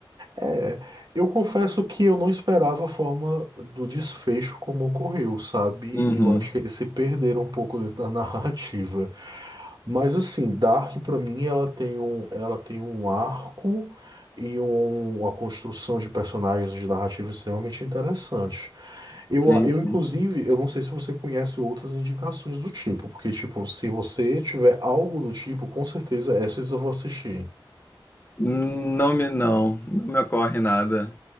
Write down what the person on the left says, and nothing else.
Uhum.
Sim,
sim.
Não me, não, não me ocorre nada.